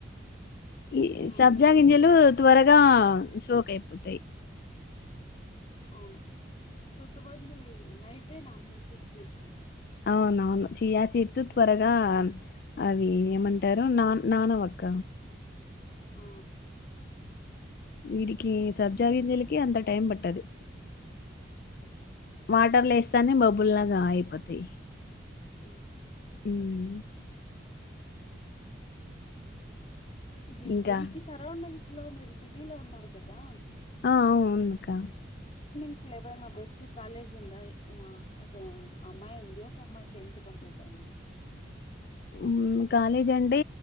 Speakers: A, on the left; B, on the left.
A: ఈ సబ్జా
B: ఆ,
A: గింజలు త్వరగా సోక్ అయిపోతయ్
B: అవును కొంతమంది నైటే నానబెట్టి ఇది చేసుకుంటారు
A: అవునవును చియాసిట్స్ త్వరగా అవి ఏమంటారు నాన నానవ్ క్క
B: ఆ
A: వీటికి సబ్జా
B: మీ
A: గింజలకి అంత టైం పట్టదు
B: ఓకే
A: వాటర్లో వేస్తానే బబ్బుల్ లాగా అయిపోతాయి
B: ఉ
A: ఉమ్
B: ఇది
A: ఇంకా
B: మీకు సరౌండింగ్స్ లో మీరు సిటీలో ఉన్నారు కదా
A: ఆ అవు ఉన్నకా
B: అసలు ఎబై నా బెస్ట్ కాలేజ్ ఉందా మా అసలు అమ్మాయి ఉంది. ఒక అమ్మాయి టెన్త్ కంప్లీట్ అయింది.
A: ఉమ్ కాలేజ్ అంటే